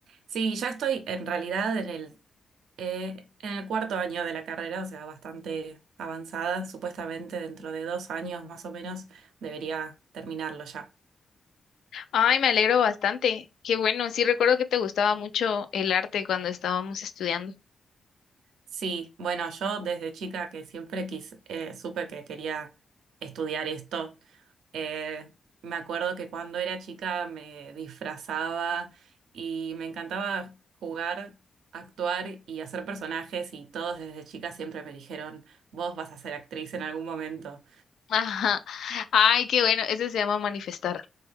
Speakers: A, on the right (about 85°); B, on the left (about 80°).
A: sí, ya estoy en realidad en el, eh, en el cuarto año de la carrera, o sea, bastante avanzada. Supuestamente dentro de dos años más o menos debería terminarlo ya.
B: Ay, me alegro bastante. Qué bueno. Sí, recuerdo que te gustaba mucho el arte cuando estábamos estudiando.
A: Sí, bueno, yo desde chica que siempre quis- eh, supe que quería estudiar esto, eh, me acuerdo que cuando era chica me disfrazaba y me encantaba jugar, actuar y hacer personajes y todos desde chica siempre me dijeron, vos vas a ser actriz en algún momento.
B: <laughs> Ajá. Ay, qué bueno. Eso se llama manifestar.